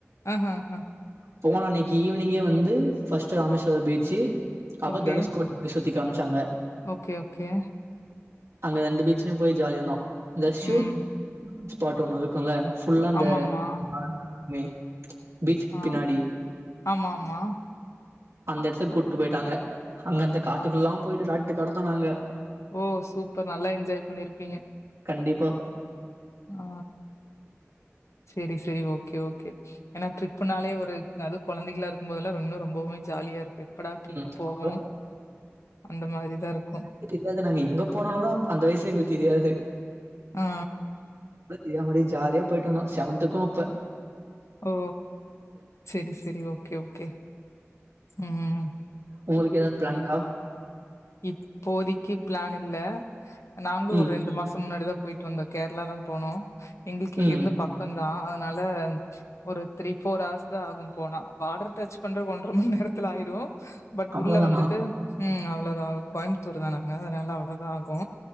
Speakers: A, on the left; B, on the right.
A: ஆஹஹா
B: போன அன்னைக்கு ஈவினிங்கே வந்து ஃபர்ஸ்ட்டு ராமேஸ்வர பீச்சு அப்ப
A: ஓகே
B: தனுஷ் கோடி சுத்தி காம்ச்சாங்க
A: ஓகே ஓகே
B: அங்க ரெண்டு பீச்லயு போய் ஜாலியாருந்தோ இந்த ஷுட்
A: ம்
B: ஸ்பாட் ஒன்னு இருக்குல்ல ஃபுல்லா அந்த
A: ஆமாமா
B: <inaudible> மே பீச்
A: ஆ
B: பின்னாடி
A: ஆமா ஆமா
B: அந்த இடத்து கூட்டு போயிட்டாங்க அங்கந்த காட்டுக்குல்லா போயிட்டு ராட்டு கடந்தோனாங்க
A: ஓ சூப்பர் நல்லா என்ஜாய் பண்ணிருப்பீங்க
B: கண்டிப்பா
A: ஆ சரி சரி ஓகே ஓகே ஏன்னா ட்ரிப்புனாலே ஒரு அதுவு கொழந்தைகளா இருக்கும்போதெல்லா இன்னு ரொம்பவுமே ஜாலியா இருக்கு எப்படா ட்ரிப்பு
B: ம்
A: போகு
B: அப்பலா
A: அந்த மாதிரிதா இருக்கு
B: இ இது நங்கியே எங்க போனும்னடா அந்த வயசு எங்களுக்கு தெரியாது
A: ஆ
B: பத் எவரேஜ் ஜாலியா போயிட்டு வந்தோ செவன்த்துக்கு இப்ப
A: ஓ சரி சரி ஓகே ஓகே ம்
B: உங்களுக்கு ஏதாவது பிளான்கா
A: இப்போதிக்கு ப்ளான் இல்ல நாங்களு
B: ம்
A: ஒரு ரெண்டு மாசோ முன்னாடிதா போயிட்டு வந்தோ கேரளா தா போனோ எங்களுக்கு
B: ம்
A: இங்கிருந்து பக்கம் தா அதனால ஒரு த்ரீ ஃபோர் ஹர்ஸ் அதா ஆகு போனா பார்டர் டச் பண்ற ஒன்றரை மணி நேரத்தில ஆயிடு பட்
B: அவ்வளதானா?
A: உள்ள வந்துட்டு ம் அவ்வளோதா கோயம்புத்தூர் தானங்க அதனால அவ்ளோதா ஆகு